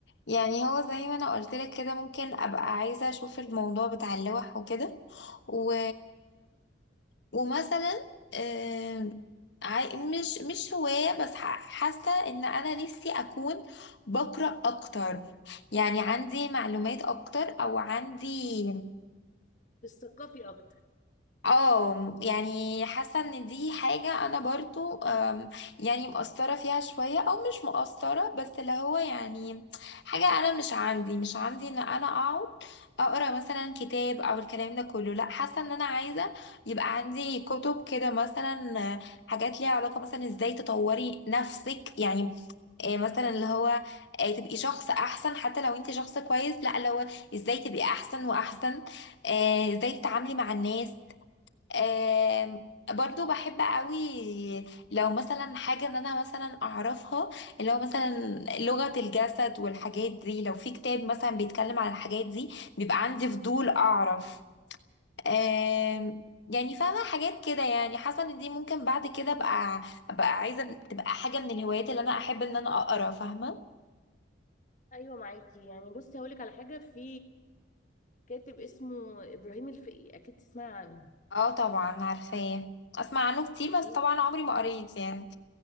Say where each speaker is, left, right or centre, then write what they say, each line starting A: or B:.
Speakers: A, on the left; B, on the left.
A: يعني هو زي ما انا قلت لك كده ممكن ابقى عايزه اشوف الموضوع بتاع اللوح وكده و... ومثلا آم، عاي- مش مش هواية بس ح- حاسة ان انا نفسي اكون بقرأ اكتر يعني عندي معلومات اكتر او عندي
B: تثقفي اكتر
A: اه يعني حاسه ان دي حاجه انا برضو آم، يعني مقصره فيها شويه او مش مقصره بس اللي هو يعني حاجه انا مش عندي مش عندي ان انا اقعد اقرا مثلا كتاب او الكلام ده كله لا حاسه ان انا عايزه يبقى عندي كتب كده مثلا آه، حاجات ليها علاقه مثلا ازاي تطوري نفسك يعني آه، مثلا اللي هو آه، تبقي شخص احسن حتى لو انت شخص كويس لا اللي هو ازاي تبقي احسن واحسن آه، ازاي تتعاملي مع الناس آم، برضو بحب قوي لو مثلا حاجة ان انا مثلا اعرفها اللي هو مثلا لغة الجسد والحاجات دي لو في كتاب مثلا بيتكلم عن الحاجات دي بيبقى عندي فضول اعرف آم، يعني فاهمة حاجات كده يعني حاسة ان دي ممكن بعد كده ابقى ابقى عايزة تبقى حاجة من الهوايات اللي انا احب ان انا اقرا فاهمة
B: ايوه معاكي يعني بصي هقولك على حاجه في كاتب اسمه ابراهيم الفقي اكيد تسمعي عنه
A: اه طبعا عارفاه اسمع عنه كتير بس
B: لا
A: طبعا عمري ما قريت يعني